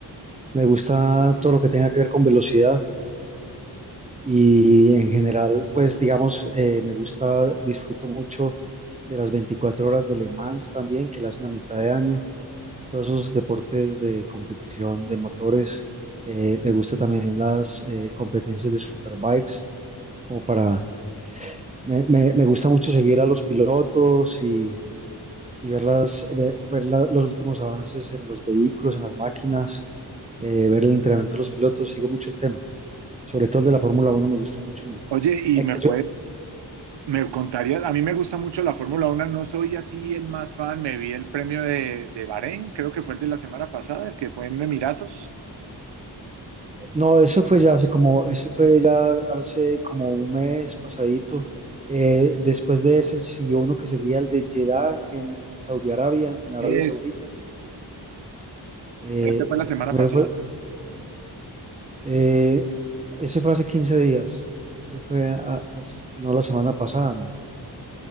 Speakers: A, on the right; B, on the right.
A: me gusta todo lo que tenga que ver con velocidad y en general, pues, digamos, eh, me gusta, disfruto mucho de las 24 horas de Le Mans también, que la hacen a mitad de año. Todos esos deportes de competición de motores. Eh, me gusta también las eh, competencias de superbikes, como para Me, me- me gusta mucho seguir a los pilotos y, y ver, las- ver, ver la- los últimos avances en los vehículos, en las máquinas, eh, ver el entrenamiento de los pilotos, sigo mucho el tema, sobre todo el de la Fórmula Uno me gusta mucho, hombre.
B: Oye, y
A: Es
B: me
A: que yo-
B: puede, me contarías, a mí me gusta mucho la Fórmula Uno. no soy así el más fan, me vi el premio de, de Bahrein, creo que fue el de la semana pasada, el que fue en Emiratos.
A: no, eso fue ya hace como, eso fue ya hace como un mes pasadito. Eh, después de ese siguió uno que seguía el de Jeddah en Saudi Arabia, en Arabia
B: Este,
A: Saudita. Eh,
B: ese fue la semana
A: primero
B: pasada.
A: fue, Eh, ese fue hace 15 días. Ese fue, a- hace- no la semana pasada, no,